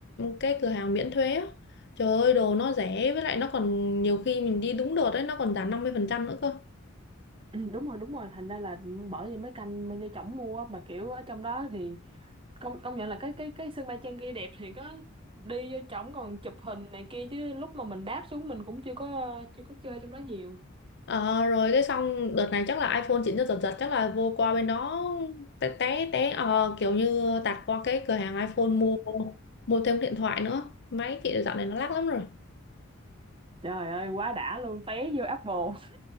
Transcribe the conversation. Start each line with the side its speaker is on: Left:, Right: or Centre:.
Left: cái cửa hàng miễn thuế á trời ơi đồ nó rẻ với lại nó còn nhiều khi mình đi đúng đợt đấy nó còn giảm 50% nữa cơ
Right: Ừ, đúng rồi đúng rồi, thành ra là bởi vì mấy canh mới vô chổng mua á, mà kiểu ở trong đó thì công công nhận là cái cái cái sân bay Trang Ghi đẹp thì có đi vô chổng còn chụp hình này kia chứ lúc mà mình đáp xuống mình cũng chưa có chưa có chơi trong đó nhiều.
Left: Ờ, rồi cái xong đợt này chắc là iPhone chỉnh cho giật giật chắc là vô qua bên đó té té té ờ, kiểu như tạt qua cái cửa hàng iPhone mua mua thêm điện thoại nữa máy chị dạo này nó lắc lắm rồi
Right: Trời ơi quá đã luôn té vô Apple.